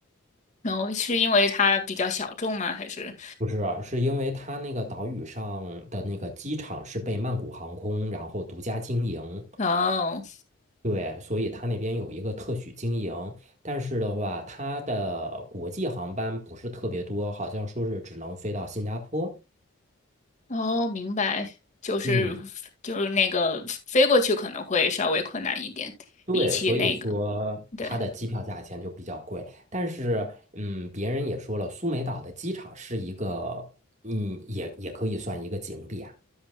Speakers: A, on the left; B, on the right.
A: 然后是因为它比较小众吗？还是
B: 不是啊，是因为它那个岛屿上的那个机场是被曼谷航空然后独家经营，
A: 哦
B: 对，所以它那边有一个特许经营。但是的话，它的国际航班不是特别多，好像说是只能飞到新加坡。
A: 哦，明白，就是就是那个飞过去可能会稍微困难一点，
B: 嗯，对，
A: 比起那个
B: 所以说它的机票价钱就比较贵，
A: 对
B: 但是，嗯，别人也说了，苏梅岛的机场是一个，嗯，也也可以算一个景点。